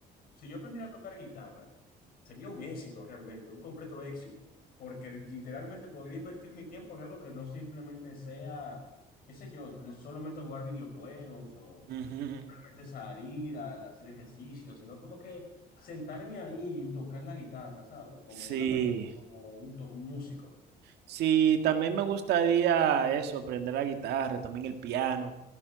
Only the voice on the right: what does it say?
Ujú.
Sí.
Sí, también me gustaría eso, aprender la guitarra, también el piano.